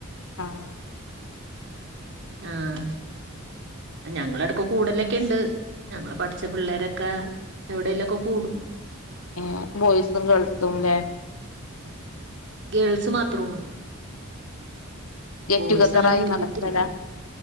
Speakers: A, on the left; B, on the right.
A: ആഹ്
B: ആഹ് ഞങ്ങള എടക്ക് കൂടലെക്കെണ്ട് ഞങ്ങള് പഠിച്ച പിള്ളേരക്കെ എവിടെലൊക്കെ കൂടും
A: ഏഹ് ബോയ്സും ഗേൾസുംലേ
B: ഗേൾസ് മാത്രൊള്ളൂ
A: ഗെറ്റ്
B: ബോയ്സഅങ്ങനെ
A: ടുഗെദറായി
B: കൂടിട്ടില്ല
A: നടക്കലാ